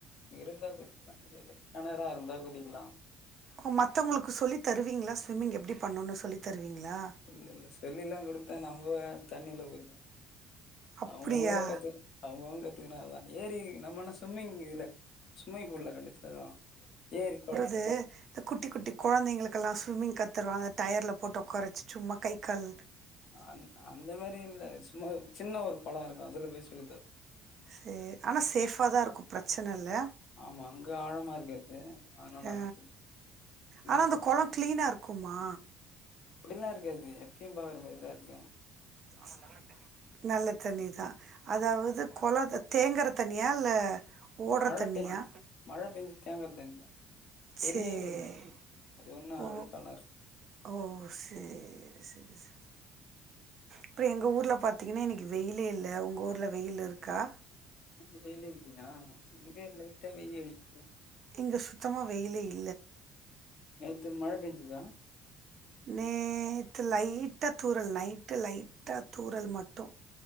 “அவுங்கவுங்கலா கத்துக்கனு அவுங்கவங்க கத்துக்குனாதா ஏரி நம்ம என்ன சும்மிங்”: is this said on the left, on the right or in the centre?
Left